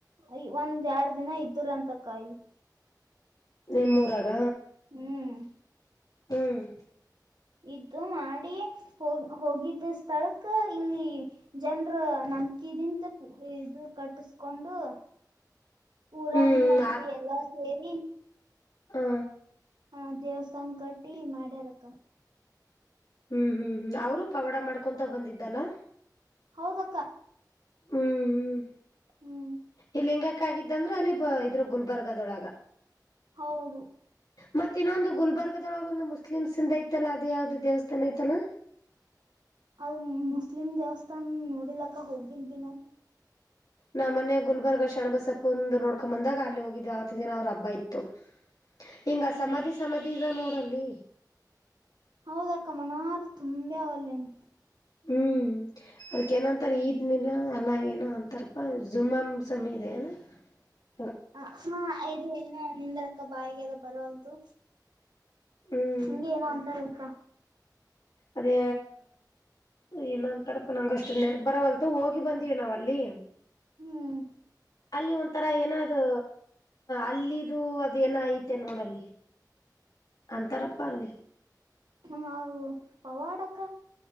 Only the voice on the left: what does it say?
ನಿಮ್ಮೂರಗ.
ಹ್ಮ್.
<inaudible>
ಹ್ಮ್
ಹಾ.
ಹ್ಮ್ ಹ್ಮ್ ಹ್ಮ್ ಅವ್ರು ಪವಾಡ ಮಾಡ್ಕೊಂತ ಬಂದಿದ್ದಲ್ಲಾ.
ಹ್ಮ್ ಹ್ಮ್
ಇಲಿಂಗಕ್ಕ ಆಗಿದ್ದಂದ್ರೆ ಅಲ್ಲಿ ಬ ಇದ್ರ ಗುಲ್ಬರ್ಗದೊಳಗ.
ಮತ್ತ ಇನ್ನೊ ಒಂದು ಗುಲ್ಬರ್ಗದೊಳ ಒಂದು ಮುಸ್ಲಿಮ್ಸ್ ಇಂದ ಐತಲ್ಲ ಅದ ಯಾವ್ದ್ ದೇವಸ್ಥಾನ ಐತಲ್ಲಾ.
ನಾ ಮನ್ನೇ ಗುಲ್ಬರ್ಗ ಶಷಣಬಸಪ್ಪಂದು ನೋಡ್ಕೊಂಡ್ ಬಂದಾಗ ಅಲ್ಲಿ ಹೋಗಿದೆ ಅವತ್ತ ದಿನ ಅವ್ರ ಹಬ್ಬ ಇತ್ತು. ಹಿಂಗ
ಸಮಾಧಿ ಸಮಾಧಿ ಇದ ನೋಡಲ್ಲಿ.
ಹ್ಮ್. ಅದಕ್ಕೆೇನಂತಾರೆ ಈದ್ ಮಿಲಾದ್ ಅಲ್ಲ ಏನೋ ಅಂತಾರಪ್ಪ ಝುಮಾಮ್ ಮಸೀದಿ ಏನ. ಹ.
ಹ್ಮ್
ಅದೇ ಏನಂತಾರಪ್ಪ ನಂಗಷ್ಟು ನೆನಪ ಬರವಲ್ತ ಹೋಗಿ ಬಂದಿವಿ ನಾವ ಅಲ್ಲಿ.
ಅಲ್ಲಿ ಒಂಥರ ಏನದು ಅಲ್ಲಿದು ಅದು ಏನ ಐತೆ ನೋಡಲ್ಲಿ. ಅಂತರಪ್ಪ ಅಲ್ಲಿ.